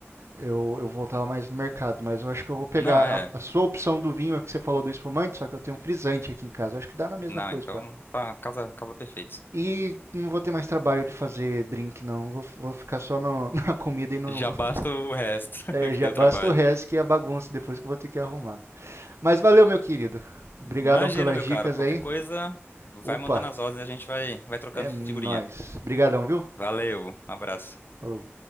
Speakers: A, on the right; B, on the left.
A: eu, eu voltar mais no mercado, mas eu acho que eu vou pegar
B: Não, é,
A: a, a sua opção do vinho que você falou do espumante, só que eu tenho um frisante aqui em casa. Eu acho que dá na mesma
B: não,
A: coisa,
B: então, tá, casa, casa perfeita.
A: E não vou ter mais trabalho de fazer drink, não. Vou, vou ficar só no- <laughs> na comida e no.
B: Já basta
A: <laughs>
B: o resto <laughs>
A: é,
B: que
A: já
B: deu
A: basta
B: trabalho.
A: o resto que é a bagunça depois que eu vou ter que arrumar. Mas valeu, meu querido. Obrigadão
B: Imagina,
A: pelas
B: meu
A: dicas
B: caro, qualquer
A: aí.
B: coisa, vai
A: Opa,
B: mandando as ordens e a gente vai, vai trocando
A: é nóis.
B: figurinha.
A: Obrigadão, viu?
B: Valeu, um abraço.
A: Falou.